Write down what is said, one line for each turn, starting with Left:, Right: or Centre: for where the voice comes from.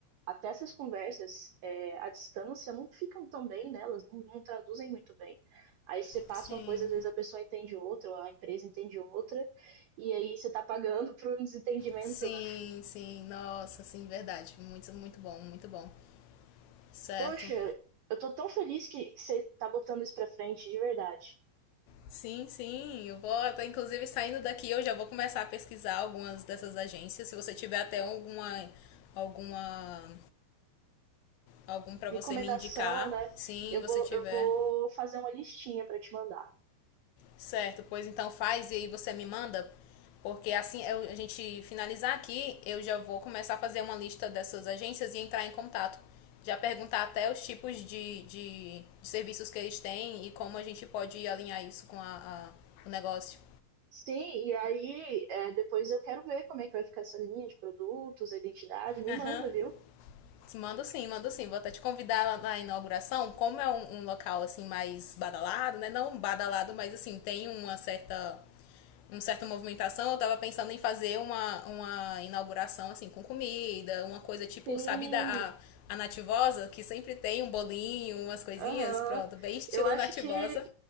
Right: até essas conversas é, à distância não ficam tão bem, né? Elas não, não traduzem muito bem. Aí você passa
Left: Sim.
Right: uma coisa, às vezes a pessoa entende outra, ou a empresa entende outra, e aí você tá pagando por um desentendimento,
Left: Sim,
Right: né?
Left: sim, nossa, sim, verdade. Muito, muito bom, muito bom. Certo.
Right: Poxa, eu tô tão feliz que que você tá botando isso pra frente, de verdade.
Left: Sim, sim, eu vou até, inclusive, saindo daqui, eu já vou começar a pesquisar algumas dessas agências. Se você tiver até alguma, alguma, algum para
Right: Recomendação,
Left: você me indicar,
Right: né?
Left: sim,
Right: Eu
Left: você
Right: vou,
Left: tiver.
Right: eu vou fazer uma listinha pra te mandar.
Left: Certo, pois então faz e aí você me manda, porque assim eu- a gente finalizar aqui, eu já vou começar a fazer uma lista dessas agências e entrar em contato. Já perguntar até os tipos de, de, de serviços que eles têm e como a gente pode alinhar isso com a, a- o negócio.
Right: Sim, e aí é, depois eu quero ver como é que vai ficar essa linha de produtos, a identidade, me
Left: Aham.
Right: manda, viu?
Left: Mando sim, mando sim. Vou até te convidar na inauguração. Como é um, um local assim mais badalado, né? Não badalado, mas assim, tem uma certa uma certa movimentação. Eu tava pensando em fazer uma, uma inauguração assim com comida, uma coisa tipo,
Right: Sim,
Left: sabe, da a, a nativosa, que sempre tem um bolinho, umas coisinhas,
Right: aham.
Left: pronto, bem estilo
Right: Eu acho
Left: nativosa.
Right: que